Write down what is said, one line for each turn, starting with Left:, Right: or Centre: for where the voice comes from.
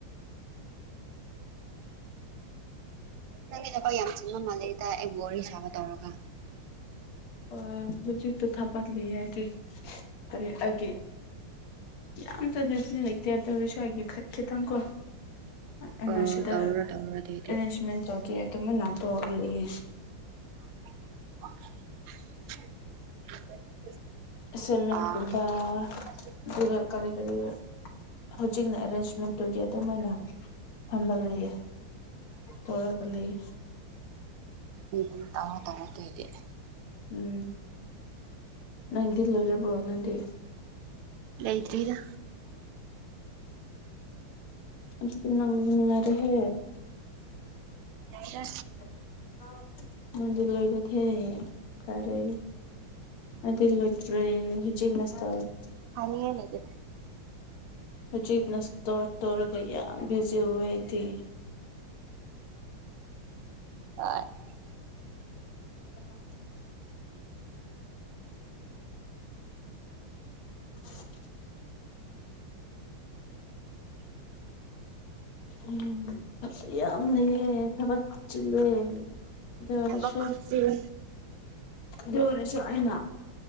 Right: ꯅꯪꯒꯤ ꯊꯕꯛ ꯌꯥꯝ ꯆꯤꯕ ꯃꯥꯜꯂꯦꯗ ꯑꯩ ꯋꯥꯔꯤ ꯁꯥꯕ ꯇꯧꯔꯒ
Left: ꯍꯣꯏ ꯍꯧꯖꯤꯛꯇꯣ ꯊꯥꯕꯛ ꯂꯩꯌꯦ ꯍꯥꯏꯗꯤ ꯀꯔꯤ ꯑꯩꯒꯤ ꯌꯥꯝꯇ <inaudible> ꯂꯩꯗꯤ ꯂꯩꯇꯦ ꯑꯗꯨ ꯑꯣꯏꯔꯁꯨ ꯑꯩꯒꯤ ꯈꯤꯇꯪꯀꯣ ꯑꯩꯅ
Right: ꯑꯣ
Left: ꯁꯤꯗ
Right: ꯇꯧꯔꯣ
Left: ꯑꯦꯔꯦꯟꯖꯃꯦꯟ
Right: ꯇꯧꯔꯣ ꯑꯗꯨꯏꯗꯤ
Left: ꯇꯧꯒꯦ ꯑꯗꯨꯃꯥꯢꯏ ꯇꯧꯔꯒ ꯂꯩꯌꯦ
Right: <inaudible>
Left: ꯑꯦꯁꯦꯃꯦꯟꯒꯨꯝꯕ
Right: ꯑꯥ ꯎꯝ
Left: ꯑꯗꯨꯒ ꯀꯔꯤ ꯀꯔꯤ ꯍꯧꯖꯤꯛꯅ ꯑꯦꯔꯦꯟꯖꯃꯦꯟꯇꯨꯒꯤ ꯑꯗꯨꯃꯥꯏꯅ ꯐꯝꯕ ꯂꯩ ꯇꯧꯔꯒ ꯂꯩ
Right: ꯎꯨꯝ ꯎꯨꯝ ꯑꯥ ꯇꯧꯔꯣ ꯑꯗꯣꯏꯗꯤ <inaudible>
Left: ꯎꯨꯝ ꯅꯪꯗꯤ ꯂꯣꯏꯔꯕ꯭ꯔꯣ ꯅꯪꯗꯤ
Right: ꯂꯩꯇ꯭ꯔꯤꯗ
Left: ꯑꯗꯨꯗꯤ ꯅꯪ ꯅꯨꯡꯉꯥꯏꯔꯦꯍꯦ
Right: ꯌꯥꯏꯗ
Left: <inaudible> ꯅꯪꯒꯤ ꯂꯣꯏꯔꯗꯤ ꯐꯔꯦ ꯑꯩꯗꯤ ꯂꯣꯏꯇ꯭ꯔꯦ ꯍꯧꯖꯤꯛ ꯃꯥꯁꯇꯔ
Right: ꯍꯥꯏꯅꯤꯉꯥꯏ ꯂꯩꯇꯦꯗ
Left: ꯍꯧꯖꯤ ꯃꯥꯁꯇꯔ ꯇꯧꯔꯒ ꯌꯥꯝ ꯕꯤꯖꯤ ꯑꯣꯏ ꯑꯩꯗꯤ
Right: ꯑꯥ <inaudible>
Left: ꯑꯃꯥ ꯁꯤꯛ
Right: <inaudible>
Left: ꯎꯝ ꯌꯥꯝ ꯂꯩꯌꯦ ꯊꯕꯛ ꯆꯤꯜꯂꯦ ꯑꯗꯨ ꯑꯣꯏꯔꯁꯨ
Right: ꯊꯕꯛ ꯈꯨꯆꯤꯟ
Left: ꯌꯧꯔꯁꯨ ꯑꯩꯅ